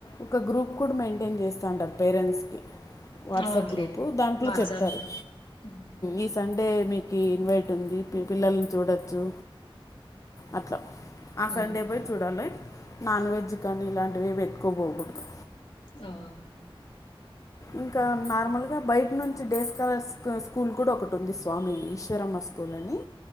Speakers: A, on the left (about 35°); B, on the left (about 80°).
A: ఒక గ్రూప్ కూడా మెయింటైన్ చేస్తాంటారు పేరెంట్స్ కి వాట్సాప్
B: అవునులే
A: గ్రూపు దాంట్లో
B: వాట్సాప్
A: చెప్తారు
B: గ్రూప్ మ్
A: ఈ సండే మీకు కి ఇన్వైట్ ఉంది పిల్లల్ని చూడచ్చు అట్లా ఆ సండే
B: మ్
A: పోయి చూడాలి నాన్ వెజ్ కానీ ఇలాంటివి వెతుకోపోకూడదు
B: అవును
A: ఇంకా నార్మల్ గా బయట నుంచి డేస్ కలర్ స్కూల్ కూడా ఒకటి ఉంది స్వామి ఈశ్వరమ్మ స్కూల్ని